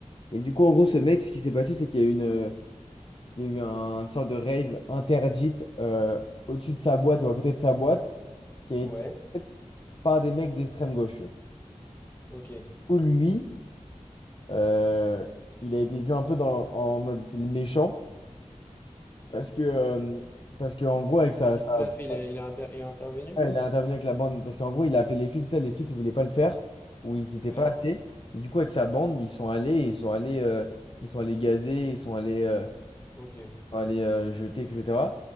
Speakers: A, on the left (about 45°); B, on the left (about 15°).
A: Et du coup, en gros, ce mec, ce qui s'est passé, c'est qu'il y a eu une, euh, il y a eu un- une sorte de rave interdite euh, au-dessus de sa boîte ou à côté de sa boîte qui a
B: ouais,
A: été faite par des mecs d'extrême gauche. tu vois.
B: ok. Et
A: Ou lui. Euh, il a été vu un peu dans, en mode c'est le méchant parce que euh, parce que en gros avec sa,
B: qu'est-ce
A: sa-
B: qu'il a fait? Il
A: sa-
B: a, il a inter- il a intervenu?
A: ouais, il a intervenu avec la bande parce qu'en gros il a appelé les flics ça les flics ils voulaient pas le faire ou ils s'étaient
B: Ouais.
A: pas assez et du coup avec sa bande ils sont allés ils sont allés euh, ils sont allés gazer ils sont allés euh,
B: Ok,
A: allés euh, jeter etc